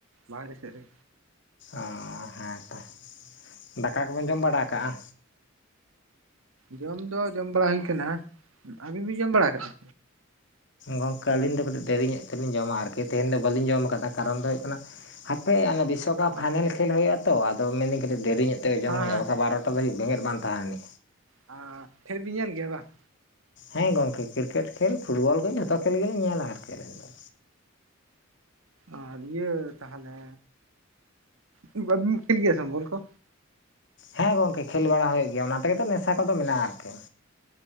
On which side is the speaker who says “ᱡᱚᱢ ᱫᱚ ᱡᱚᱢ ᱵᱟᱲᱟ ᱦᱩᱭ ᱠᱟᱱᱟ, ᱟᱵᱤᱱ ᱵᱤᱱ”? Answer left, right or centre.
Right